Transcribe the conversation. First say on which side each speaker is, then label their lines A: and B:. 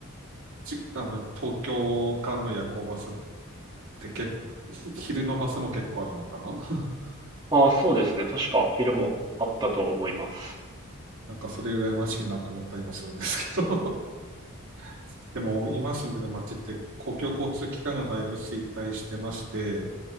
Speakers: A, on the right; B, on the right.
A: じ、あの、東京間の夜行バスって結構、ひ昼のバスも結構あるのかな <laughs>
B: ああ、そうですね。確か昼もあったと思います。
A: なんかそれ羨ましいなと思ったりもするんですけど <laughs> でも、今住んでる街って公共交通機関がだいぶ衰退してまして、